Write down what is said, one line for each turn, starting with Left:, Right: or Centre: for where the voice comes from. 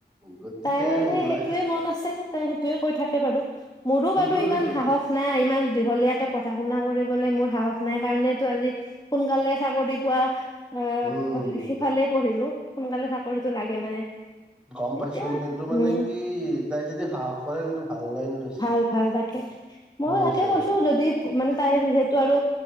Centre: গতিকে
Left: তাইৰ এনেই
Centre: লাইফ
Left: সেইটোয়ে মন আছে, তাই সেইটোৱে কয় থাকে বাৰু। মোৰো
Centre: কিন্তু
Left: বাৰু ইমান
Centre: সেইটো
Left: সাহস নাই ইমান দীঘলীয়াকে পঢ়া পঢ়া শুনা কৰিবলৈ মোৰ সাহস নাই কাৰণেতো আজি সোনকালে চাকৰি পোৱা আ,
Centre: উম।
Left: সিফালে পঢ়িলোঁ। সোনকালে চাকৰিটো লাগে মানে।
Centre: গম পাইছো
Left: এতিয়া
Centre: কিন্তু মানে
Left: উম,
Centre: কি তাই যদি সাহস কৰে কিন্তু ভাল লাইন লৈছে।
Left: ভাল, ভাল তাকে মই
Centre: মোৰ
Left: তাকে
Centre: হিচাপত
Left: কৈছোঁ যদি মানে তাই যিহেতু আৰু